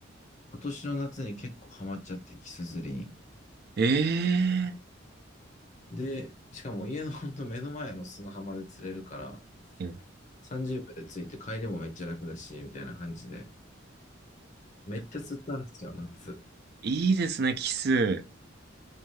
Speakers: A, on the left; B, on the right.
A: 今年の夏に結構ハマっちゃって、キス釣りに。
B: ー、え
A: で、しかも家のほんと <laughs> 目の前の砂浜で釣れるから、
B: ー、えー
A: 30秒で着いて帰りもめっちゃ楽だし、みたいな感じで。めっちゃ釣ったんですよ、夏。
B: いいですね、キス。